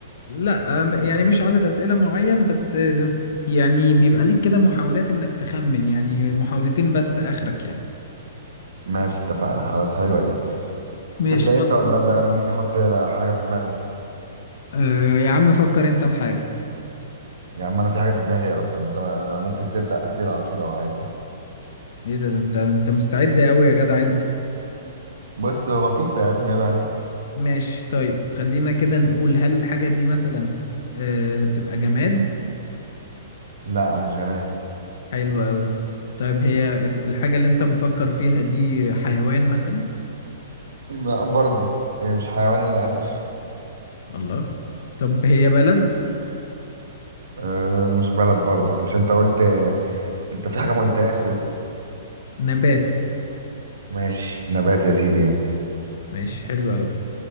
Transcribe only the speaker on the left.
لا أم- يعني مش عدد أسئلة معين بس آه، يعني بيبقى ليك كده محاولات إنك تخمن يعني محاولتين بس آخرك يعني
ماشي
يلا
آه يا عم فكر أنت في حاجة
إيه ده ده أنت أنت مستعد أوي يا جدع أنت
ماشي طيب خلينا كده نقول هل الحاجة دي مثلا آه تبقى جماد
حلوة أوي طيب هي ال- الحاجة اللي أنت مفكر فيها دي حيوان مثلا
الله طب هي بلد
نبات
ماشي حلو أوي